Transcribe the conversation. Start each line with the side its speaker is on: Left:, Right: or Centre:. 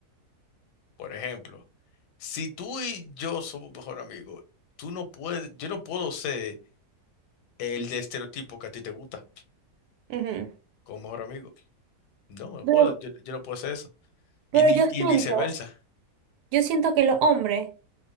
Left: Por ejemplo, si tú y yo somos mejor amigos, tú no puedes, yo no puedo ser el de estereotipo que a ti te gusta
Right: Ujú.
Left: como mejor amigo. No, no
Right: Pero,
Left: puedo, yo, yo no puedo ser eso.
Right: pero
Left: Y ni,
Right: yo
Left: y
Right: siento,
Left: viceversa.
Right: yo siento que los hombres